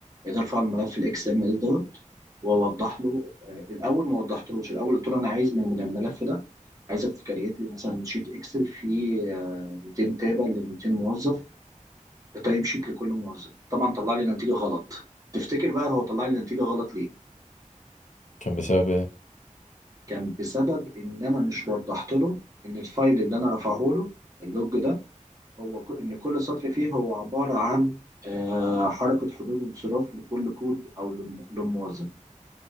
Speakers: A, on the right (about 25°); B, on the left (about 70°).
A: قدرت ارفع الملف الاكس ام اس دوت واوضح له آه، الاول ما وضحتلوش الاول قلت له انا عايز من من الملف ده عايزك تكريت لي مثلا شيت اكسل فيه آه، 200 تابه ل 200 موظف بتايم شيت لكل موظف طبعا طلع لي نتيجه غلط تفتكر بقى هو طلع لي نتيجه غلط ليه
B: كان بسبب ايه
A: كان بسبب ان انا مش وضحت له ان الفايل اللي انا رفعه له اللوج ده هو ك- إن كل سطر فيه هو عبارة عن آه، حركة حضور وانصراف لكل كود أو لم- لموظف